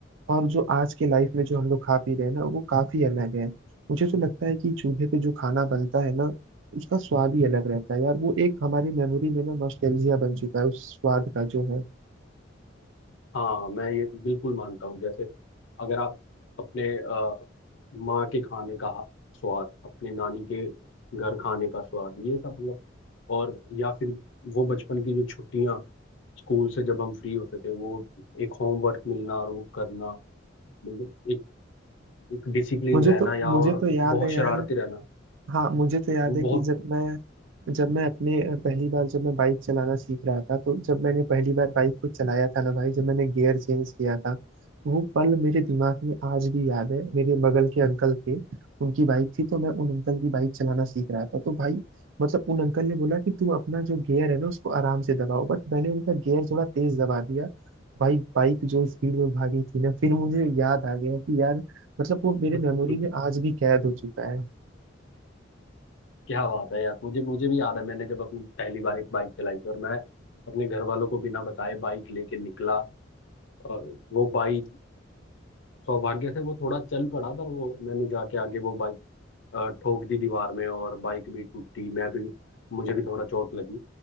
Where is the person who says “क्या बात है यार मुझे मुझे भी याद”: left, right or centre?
Left